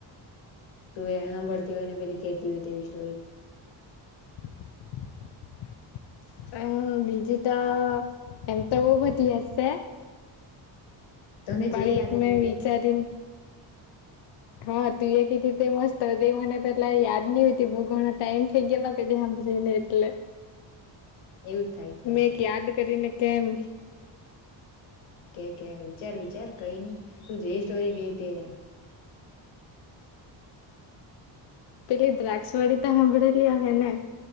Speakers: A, on the left; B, on the left.
A: તું એ સાંભળતી હોય ને પેલી કેતી હોય તેવી સ્ટોરી.
B: <inaudible> હમ બીજું તો એમ બો બધી હશે
A: તને
B: પણ
A: જે
B: એક
A: લાગે
B: મેં
A: તે
B: વિચારીન
A: કે
B: હા તું એ કી રીતે મસ્ત મને પેલા યાદ નહતી બહુ ઘણાો ટાઈમ થઈ ગેલો- - ને એટલે
A: એવું જ થાય થાય
B: મેં એક
A: તો
B: યાદ કરીને કેમ
A: કે કે વિચાર વિચાર કઈ નઈ તું જે સ્ટોરી કેય તે એમ
B: પેલી દ્રાક્ષવાડી તો સાંભળેલી હૈ ને?